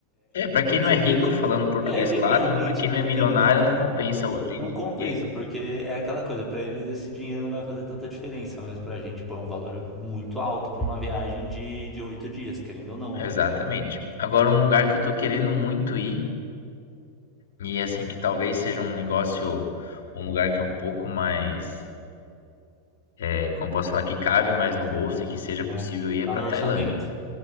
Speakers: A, on the left; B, in the centre.
A: É, pra quem
B: com
A: não
B: certeza.
A: é rico, falando português,
B: É, literalmente,
A: claro, né? Pra quem não
B: pra
A: é milionário,
B: quem não é
A: não
B: rico,
A: compensa hoje
B: não
A: em
B: compensa,
A: dia.
B: porque é aquela coisa, pra eles esse dinheiro não vai fazer tanta diferença, mas pra gente, pô, é um valor muito alto pra uma viagem de, de oito dias, querendo ou não,
A: Exatamente.
B: né?
A: Agora, um lugar que eu tô querendo muito ir, e assim, que talvez seja um negócio, um lugar que é um pouco mais É, como posso falar, que cabe mais no bolso e que seja possível
B: É,
A: ir
B: Tá
A: é para
B: no orçamento?
A: a Tailândia.